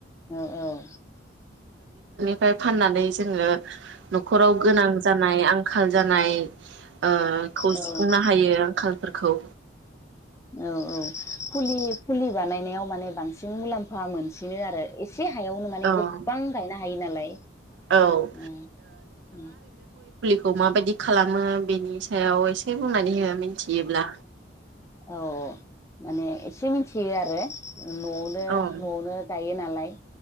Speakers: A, on the left; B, on the right.
A: औ औ।
B: ओमफ्राय फाननानै जोङो। न'खराव गोनां जानाय आं। आंखाल जानाय। ओ खौ
A: औ
B: सुफुंनो हायो आंखाल। फोरखौ।
A: औ औ फुलि फुलि बानायनायाव माने बांसिन मुलाम्फा मोनसिनो आरो इसे। एसे हायावनो माने
B: औ
A: गोबां गायनो हायो नालाय उम
B: औ ओ
A: उम‌।
B: खौ माबायदि खालामो बेनि सायाव एसे बुंनानै हो मिथियोब्ला?
A: औ अ' माने एसे मिथियो आरो। ओ न'आवनो
B: औ
A: न'आवनो गायो नालाय। गाय